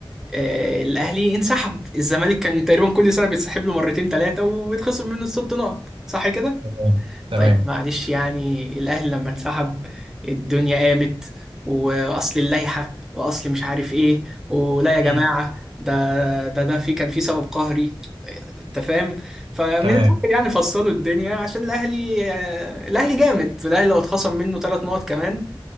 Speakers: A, in the centre; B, on the right.
A: آه، الاهلي انسحب الزمالك كان تقريبا كل سنه بيتسحب له مرتين ثلاثه وبيتخصم منه الست نقط صح كده
B: تمام تمام
A: طيب معلش يعني الاهلي لما اتسحب الدنيا قامت واصل اللائحه واصل مش عارف ايه ولا يا
B: مم.
A: جماعه ده ده ده في كان في سبب قهري آه، انت فاهم فمن
B: تمام
A: الاخر يعني فصلوا الدنيا عشان الاهلي آه، الاهلي جامد الاهلي لو اتخصم منه ثلاث نقط كمان